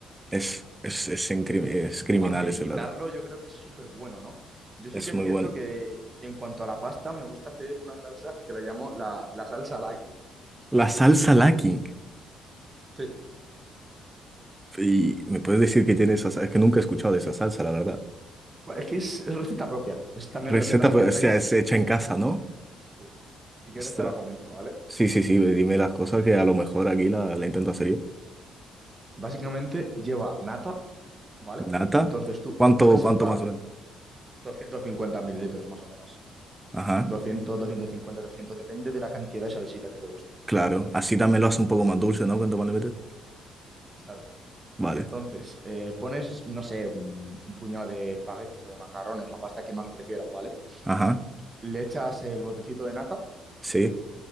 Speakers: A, on the right; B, on the right.
A: Es, es, es, incri- es criminal
B: para finiquitarlo,
A: ese plato.
B: yo creo que es súper bueno, ¿no? Yo sí
A: Es
B: que es
A: muy
B: cierto
A: bueno.
B: que en cuanto a la pasta, me gusta hacer una salsa que la llamo la, la salsa Laki.
A: La salsa Lacking.
B: Sí,
A: Y me puedes decir que tiene esa salsa. Es que nunca he escuchado de esa salsa, la verdad.
B: Bueno, es que es, es receta propia, es también
A: Receta,
B: receta secreta
A: pues, o sea,
B: que sí.
A: es hecha en casa,
B: sí,
A: ¿no?
B: sí. Si quieres
A: Ostras.
B: te la comento, ¿vale?
A: Sí, sí, sí. Dime las cosas que a lo mejor aquí la, la intento hacer yo.
B: Básicamente lleva nata, ¿vale?
A: Nata.
B: Entonces tú
A: ¿Cuánto,
B: pones
A: cuánto
B: spa
A: más o menos?
B: 250 mililitros más o menos.
A: Ajá.
B: doscientos doscientos cincuenta trescientos depende de la cantidad de salsita que te guste.
A: Claro. Así también lo hace un poco más dulce, ¿no? ¿Cuánto más le metes?
B: Claro.
A: Vale.
B: Entonces, eh, pones, no sé, un un puñado de espaguetis o de macarrones, la pasta que más prefieras, ¿vale?
A: Ajá.
B: Le echas el botecito de nata.
A: Sí.